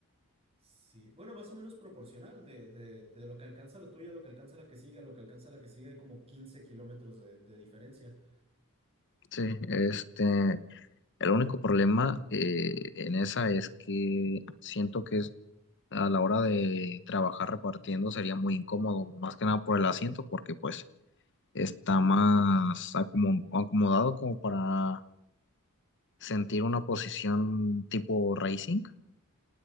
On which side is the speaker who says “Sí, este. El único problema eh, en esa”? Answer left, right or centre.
Left